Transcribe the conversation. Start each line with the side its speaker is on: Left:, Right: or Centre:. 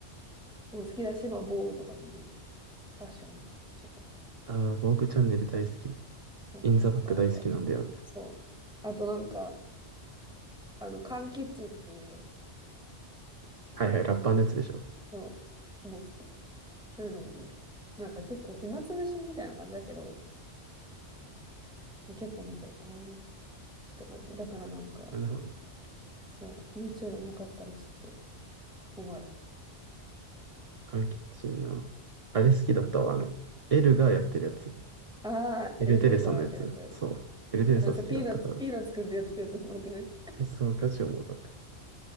Centre: もう好きだし、まあ防具とか見るよ、普通。ファッションチェックみたいな。
Right: ああ、ボークチャンネル大好き。
Centre: そう。
Right: インザバック大好きなんだよね。
Centre: とかなんか、そう。あとなんか、あの、缶キッチンっていう
Right: はいはい、ラッパーのやつでしょ。
Centre: のも好き。そういうのも見る。なんか結構暇つぶしみたいな感じだけど、もう結構見てるかなって感じ。だからなんか、
Right: なるほどね。
Centre: そう、YouTube なかったらちょっと困る。
Right: パンキッチンの。あれ好きだったわ。
Centre: ね。
Right: あの、エルがやってるやつ。
Centre: ああ、
Right: エルテレサのやつ。
Centre: エルトレサがやってるやつ。う
Right: そう。エルテレサ好きだったから。
Centre: んさ、ピーナッツ、ピーナッツくんとやってるやつおもろくない
Right: そう、ガチおもろい。